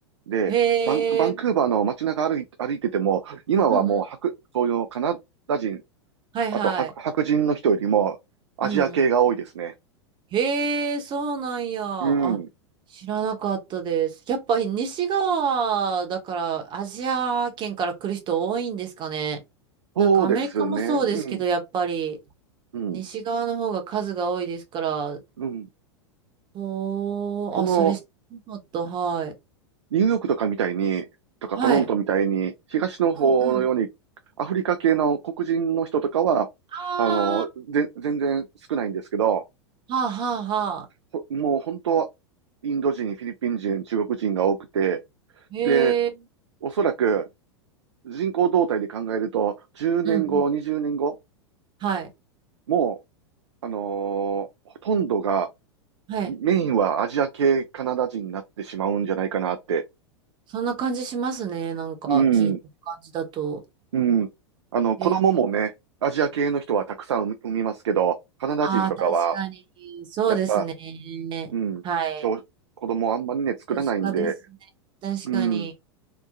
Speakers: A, on the right; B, on the right.
A: で、
B: へえ、
A: バン、バンクーバーの街中歩い、歩いてても、今はもう白、
B: うんうん。
A: そういうカナダ人、
B: はいはい。
A: あと白、白人の人よりもアジア系が多いですね。
B: うん。へえ、そうなんや。あ、
A: うん。
B: 知らなかったです。やっぱり西側だからアジア圏から来る人多いんですかね。
A: そうですね。
B: なんかアメリカもそうですけど、
A: うん。
B: やっぱり
A: うん。
B: 西側の方が数が多いですから。
A: うん。
B: おー、
A: その、
B: あ、それ知らなかった。はい。
A: ニューヨークとかみたいに、とかトロントみたいに、
B: はい。
A: 東の方のように、
B: うんうん。
A: アフリカ系の黒人の人とかは、
B: あ
A: あの、ぜ、全然少ないんですけど、
B: ー、はあはあはあ。
A: ほもう本当、インド人、フィリピン人、中国人が多くて、
B: へえ、
A: で、おそらく人口動態で考えると、10年後、
B: うんうん。
A: 20年後、
B: はい。
A: もう、あのーほとんどが、
B: はい。
A: メインはアジア系カナダ人になってしまうんじゃないかなって。
B: そんな感じしますね。なんか聞いた感じだと。
A: うん、うん。あの、子供もね、
B: え、
A: アジア系の人はたくさん産み産みますけど、カナダ人とかは、
B: ああ、確かに。そうですね。
A: やっぱ、うん、
B: はい。
A: 小子供あんまりね、作らないんで、
B: 確かですね。確かに。
A: うん、